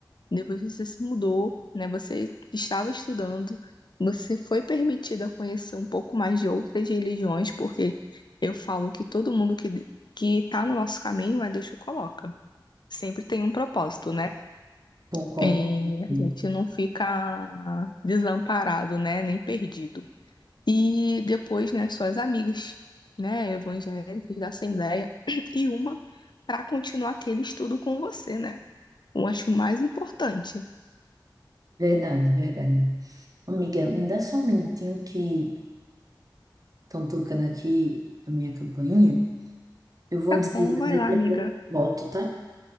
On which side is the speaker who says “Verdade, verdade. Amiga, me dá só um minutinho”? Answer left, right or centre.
Right